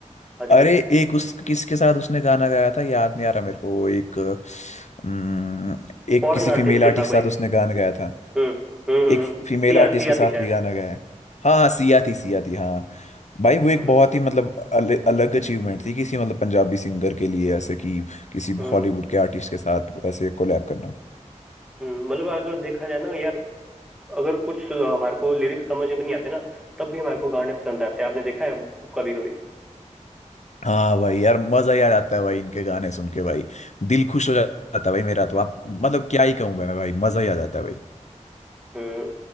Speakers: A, in the centre; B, on the left.
A: आजकल
B: अरे एक उस किसके साथ उसने गाना गाया था याद नहीं आ रहा मेरे को वो एक अम, एक
A: फॉरेन
B: किसी फीमेल
A: आर्टिस्ट ही
B: आर्टिस्ट
A: था
B: के
A: कोई
B: साथ उसने गाना गाया था
A: हम्म हम्म हम्म,
B: एक
A: हम्म,
B: फीमेल
A: सिया
B: आर्टिस्ट
A: सिया
B: के साथ
A: थी शायद
B: भी गाना गाया है हाँ हाँ सिया थी सिया थी हाँ भाई वो एक
A: हम्म
B: बहुत ही मतलब अल, अलग अचीवमेंट थी किसी मतलब पंजाबी सिंगर के लिए ऐसे कि किसी
A: हम्म
B: हॉलीवुड के आर्टिस्ट के साथ ऐसे कोलैब करना
A: हम्म, मतलब अगर देखा जाए ना यार अगर कुछ अ, हमारे को लिरिक्स समझ में नहीं आते ना तब भी हमारे को गाने पसंद आते हैं आपने देखा है कभी कभी
B: हाँ भाई यार मजा याद आता है भाई इनके गाने सुन के भाई दिल खुश हो जाता है भाई मेरा तो आप मतलब क्या ही कहूँ मैं मैं भाई मजा ही आ जाता है भाई
A: हम्म